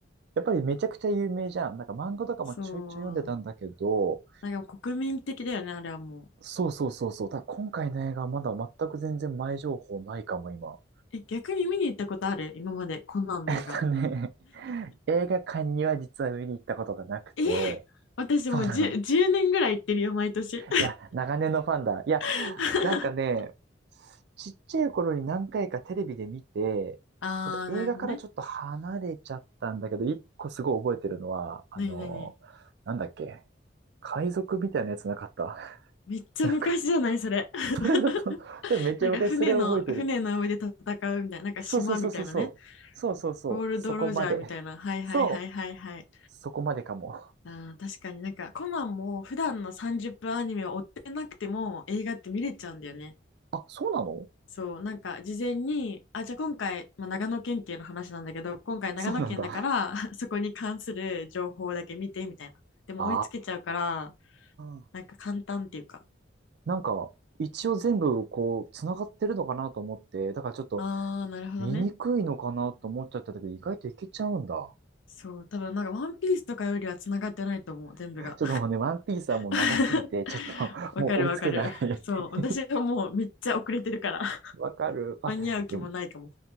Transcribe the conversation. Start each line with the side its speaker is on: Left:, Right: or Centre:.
Right: やっぱりめちゃくちゃ有名じゃん。なんか漫画とかもちょいちょい読んでたんだけど、
Left: そう。なんか国民的だよね、あれはもう。
Right: そうそうそうそう。ただ今回の映画はまだ全く全然前情報ないかも、今。
Left: え、逆に見に行ったことある今まで、コナンの映画。
Right: <laughs> えっとね、<laughs> 映画館には実は見に行ったことがなくて、
Left: えー私もう
Right: そうなの。
Left: 10, 年ぐらい行ってるよ、毎年。
Right: いや、長年のファンだ。いや、
Left: <laughs>
Right: なんかね、ちっちゃい頃に何回かテレビで見て、
Left: あー、
Right: ただ映画からちょっと離れちゃったんだけど、
Left: なるほどね。
Right: 一個すごい覚えてるのは、あの、
Left: なになに
Right: なんだっけ、海賊みたいなやつなかった。
Left: めっちゃ昔じゃない、
Right: <laughs> なんか、
Left: それ。<laughs>
Right: それだと、多分めっちゃ昔それを覚えてる。
Left: なんか船の、船の上で戦うみたいな、なんか島みたいなね。
Right: そうそうそうそうそう。そうそうそう。
Left: ゴールドロジャーみたいな。
Right: そこまで。
Left: はいはいはいはいはい。
Right: そう。そこまでかも。
Left: あー確かになんかコナンも普段の30分アニメを追ってなくても映画って見れちゃうんだよね。
Right: あ、そうなの
Left: そうなんか事前にあじゃあ今回、まあ、長野県警の話なんだけど今回長野県だから
Right: そうなんだ。
Left: <laughs> そこに関する情報だけ見てみたいな。でも追いつけちゃうから
Right: ああ。
Left: なんか簡単っていうか。
Right: なんか、一応全部こう、繋がってるのかなと思って、だからちょっと
Left: ああなるほどね。
Right: 見にくいのかなと思っちゃったけど、意外といけちゃうんだ。
Left: そう多分なんかワンピースとかよりはつながってないと思う全部が。
Right: ちょっともうね、ワンピースはもう長すぎて、
Left: <laughs>
Right: ちょっと <laughs>
Left: わかるわかる。
Right: もう追いつけない
Left: そう私はもうめっちゃ遅れてるから
Right: <laughs> わかる。あ、
Left: 間に合う気もないかも。
Right: でも、